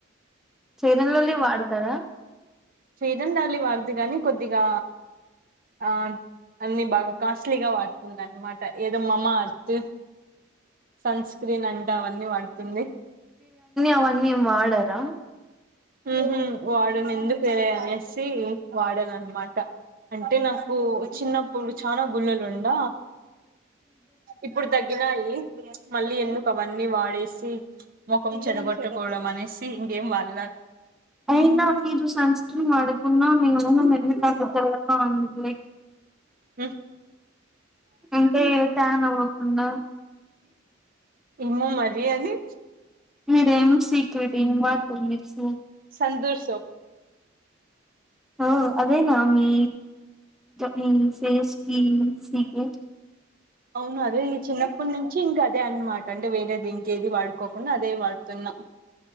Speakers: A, in the centre; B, on the right.
A: ఫెరెన్ లవ్ లి వాడతారా
B: ఫెరెన్ లవ్ లి వాడొద్దు గాని కొద్దిగా ఆ అన్నిీ బాగా కాస్ట్లీగా వాడుతున్నా అనమాట ఏదో మామ అర్తు సన్ స్క్రీన్ అంటే అవన్నీ వాడుతుంది
A: అవన్నీం వాడరా
B: ఊ హు వాడను ఎందుకు వెలే అనేసి వాడన అనమాట అంటే నాకు చిన్నప్పుడు చనాా గుళులు ఉంద ఇప్పుడు తగ్గినయి మళ్ళీ ఎందుకు అవన్నీ వాడేసి ముఖం చెడగొట్టకోవడం అనేసి ఇంకేం వాడ్ల
A: అయినా మీరు సన్స్కీ వాడకున్న మెరూన్ కలర్ తెల్లగా ఉంటారు లే
B: ఆ
A: అంటే ట్యాన్ అవకుండా
B: ఇమో మరి అది
A: మీరేం secret in what to mix
B: Santoor soap <inaudible>
A: ఓ అదేనా మీ మీ ఫేస్ కి సీక్రెట్
B: అవును అదే ఈ చిన్నప్పటి నుంచి ఇంకా అదే అనమాట అంటే వేరేది ఇంకేది వాడు కోకుండా అదే వాడుతున్నాం